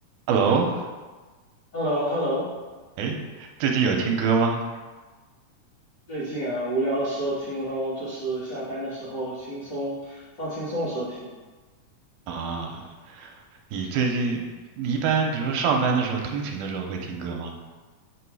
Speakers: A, on the right; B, on the left.
A: Hello，
B: h e l l o h e l l o
A: 哎，最近有听歌吗？
B: 最近啊，无聊的时候听咯，就是下班的时候轻松，放轻松的时候听。
A: 啊，你最近你一般比如说上班的时候、通勤的时候会听歌吗？